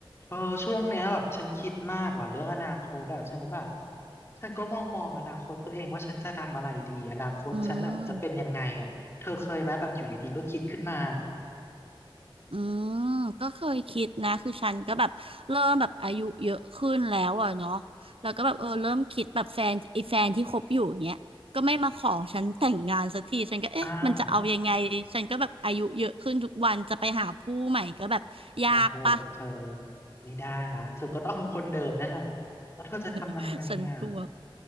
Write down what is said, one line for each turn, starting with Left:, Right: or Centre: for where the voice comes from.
Left: เออช่วงเนี้ยแบบฉันคิดมากว่ะเรื่องอนาคตอ่ะฉันแบบฉันก็มองมองอนาคตตัวเองว่าฉันจะทำอะไรดีอนาคตฉันแบบจะเป็นยังไงอ่ะเธอเคยไหมแบบอยู่ดีๆก็คิดขึ้นมา
Right: อืมอืมก็เคยคิดนะคือฉันก็แบบเริ่มแบบอายุเยอะขึ้นแล้วอ่ะเนาะแล้วก็แบบเออเริ่มคิดแบบแฟนไอ้แฟนที่คบอยู่เนี้ยก็ไม่มาขอฉันแต่งงานสักทีฉันก็เอ๊ะมันจะเอายังไงฉันก็แบบอายุเยอะขึ้นทุกวันจะไปหาผู้ใหม่ก็แบบยากปะ
Left: อ้าวโอ้โหเธอไม่ได้ละเธอก็ต้องเอาคนเดิมนั่นแหละแล้วเธอจะทำยังไงอ่ะ
Right: <laughs> ฉันกลัว